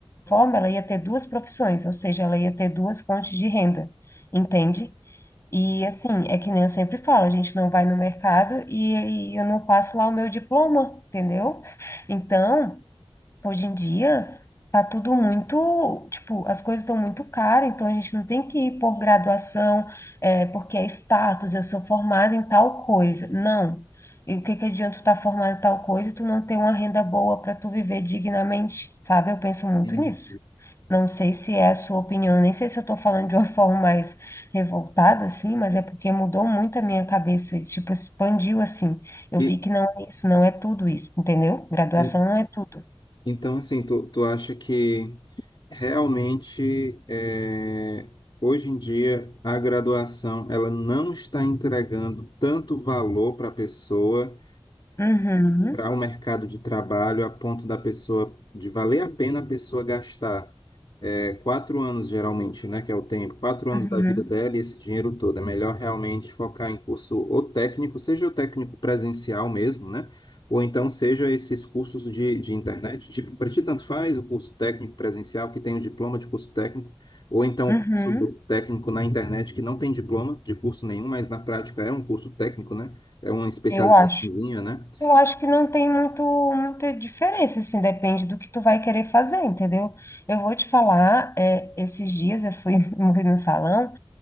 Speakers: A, on the left; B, on the left.
A: forma, ela ia ter duas profissões, ou seja, ela ia ter duas fontes de renda entende? E assim, é que nem eu sempre falo, a gente não vai no mercado e eu não passo lá o meu diploma, entendeu? Então, hoje em dia tá tudo muito, tipo, as coisas estão muito caras, então a gente não tem que ir por graduação, é, porque é status, eu sou formada em tal coisa. Não. E o que que adianta tu estar formada em tal coisa e tu não ter uma renda boa para tu viver dignamente, sabe? Eu penso muito
B: Hum.
A: nisso. Não sei se é a sua opinião, nem sei se eu estou falando de uma <laughs> forma mais revoltada, assim, mas é porque mudou muito a minha cabeça, tipo, expandiu assim. Eu
B: E,
A: vi que não é isso, não é tudo isso, entendeu? Graduação
B: e-
A: não é tudo.
B: então, assim, tu, tu acha que Realmente, é, hoje em dia, a graduação ela não está entregando tanto valor para a pessoa
A: Uhum,
B: para o mercado de trabalho a ponto da pessoa de valer a pena a pessoa gastar é, quatro anos geralmente, né, que é o tempo, quatro anos
A: uhum,
B: da vida dela e esse dinheiro todo. É melhor realmente focar em curso ou técnico, seja o técnico presencial mesmo, né? Ou então seja esses cursos de, de internet, tipo, para ti tanto faz o curso técnico presencial que tem o diploma de curso técnico, ou então
A: uhum.
B: o curso técnico na internet que não tem diploma de curso nenhum, mas na prática é um curso técnico, né? É uma especializaçãozinha,
A: Eu acho.
B: né?
A: Eu acho que não tem muito, muita diferença, assim, depende do que tu vai querer fazer, entendeu? Eu vou te falar, é, esses dias eu fui, <laughs> fui no salão